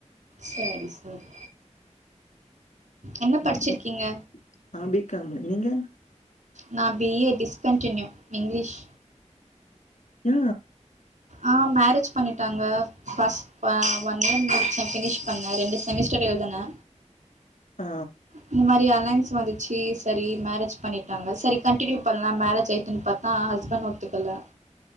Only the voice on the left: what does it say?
ம் நா பிக்காமு நீங்க
ஏ
ஆ